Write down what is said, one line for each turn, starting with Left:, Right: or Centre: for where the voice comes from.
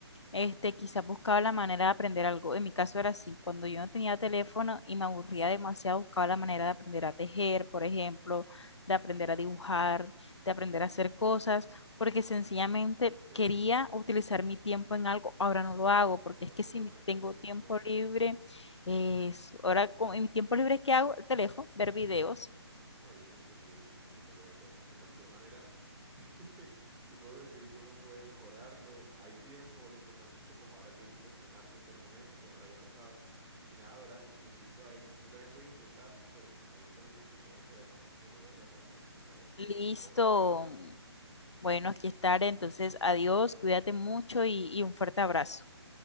Left: este, quizás buscaba la manera de aprender algo. En mi caso era así. Cuando yo no tenía teléfono y me aburría demasiado, buscaba la manera de aprender a tejer, por ejemplo, de aprender a dibujar, de aprender a hacer cosas porque sencillamente
Right: Eso,
Left: quería
Right: eso.
Left: utilizar mi tiempo en algo, ahora no lo hago, porque
Right: Uno,
Left: es que
Right: uno
Left: si
Right: aprendió
Left: tengo
Right: a hacer mil
Left: tiempo
Right: cosas.
Left: libre, es, ahora con en mi tiempo libre, ¿qué hago? El teléfono, ver videos.
Right: No, yo te entiendo, yo te entiendo, pero bueno, de cualquier manera, <laughs> te puedo decir que uno puede mejorarlo, hay tiempo, lo importante es que pues ahora te hice cuestionarte internamente, ahora ya lo sabes. Y nada, Doranis, te invito a ello. Yo también voy a intentarlo, pero pues ahorita mismo te tengo que dejar porque me voy a hacer la cena, ¿te parece?
Left: Listo.
Right: Te puedo marcar más tardecito.
Left: Bueno, aquí estaré. Entonces, adiós, cuídate mucho y, y un fuerte abrazo.